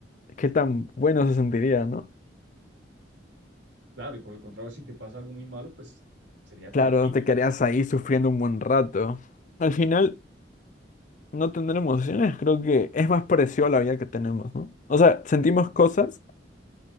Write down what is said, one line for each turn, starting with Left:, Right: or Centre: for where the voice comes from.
Left: ¿qué tan bueno se sentiría, no?
Right: Claro, y por el contrario, si te pasa algo muy malo, pues sería
Left: Claro,
Right: terrible.
Left: te quedarías ahí sufriendo un buen rato. Al final, no tener emociones creo que es más parecido a la vida que tenemos, ¿no? O sea, sentimos cosas